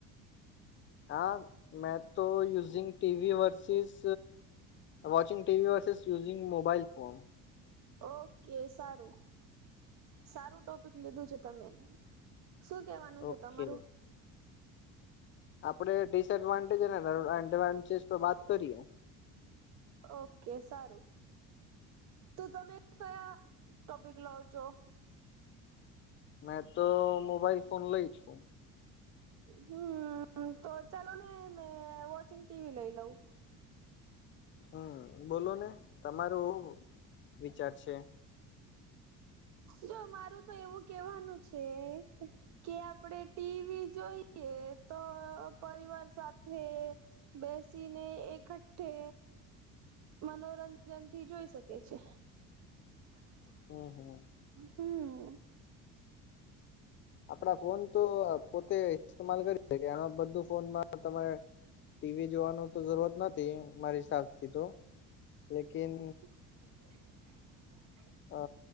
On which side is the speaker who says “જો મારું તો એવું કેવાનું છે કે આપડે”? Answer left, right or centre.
Right